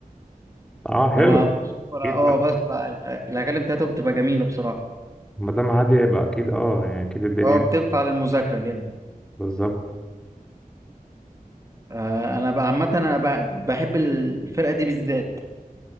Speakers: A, in the centre; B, on the right.
A: اه حلو
B: ببقى مبسوط وأنا-
A: اكيد
B: اه
A: ما
B: بسمع ال- الاغاني بتاعتهم بتبقى جميله بصراحه
A: ما دام هاديه يبقى اكيد اه يعني اكيد الدنيا
B: اه بتنفع للمذاكره جامد
A: بالظبط
B: آه، انا بقى عامه انا بح- بحب الفرقه دي بالذات